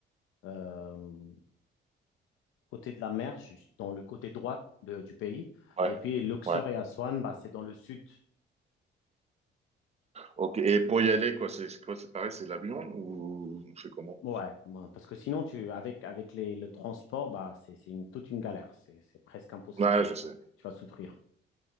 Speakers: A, on the left; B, on the right.
A: euh, côté de la mer, juste dans le côté droit de- du pays.
B: Ouais,
A: Et puis Luxor
B: ouais.
A: et Aswan, bah, c'est dans le sud.
B: Ok. Et pour y aller, quoi, c'est c'est quoi? C'est pareil, c'est l'avion ou on fait comment?
A: Ouais, moi, parce que sinon, tu, avec, avec les, le transport, bah, c'est c'est une- toute une galère. C'est c'est presque impossible
B: Ouais,
A: de le
B: je
A: faire.
B: sais.
A: Tu vas souffrir.